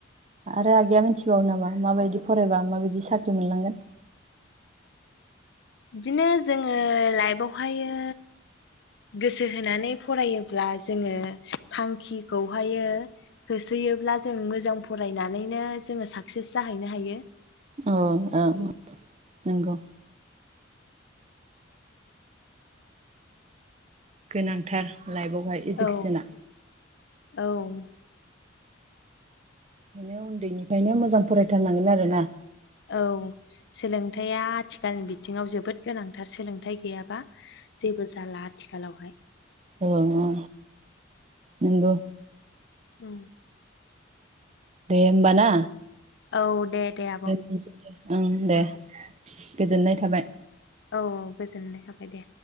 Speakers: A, on the right; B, on the left.
A: आरो आगैया मिथिबावो नामा माबायदि फरायबा माबायदि सा साख्रि मोनलांगोन
B: बिदिनो जोङो लाइफआवहायो गोसो होनानै फरायोब्ला जोङो थांखिखौहायो होसोयोब्ला जों मोजां फरायनानैनो जोङो साक्सेस जाहैनो हायो
A: औ औ नंगौ गोनांथार लाइफआवहाय इजुकेसना
B: औ औ
A: खायनो उन्दैनिफ्रायनो मोजां फरायथारनांगोन आरो ना?
B: औ सोलोंथाइया आथिखालनि बिथिङाव जोबोद गोनांथार सोलोंथायाइ गैयाबा जेबो जाला आ थिखालावहाय
A: औ ओ नोंगौ।
B: उम।
A: दे होमबा ना?
B: औ। दे
A: <unintelligible>
B: दे आब'
A: ओं
B: औ
A: दे। गोजोननाय थाबाय।
B: औ औ गोजोननाय थाबाय दे।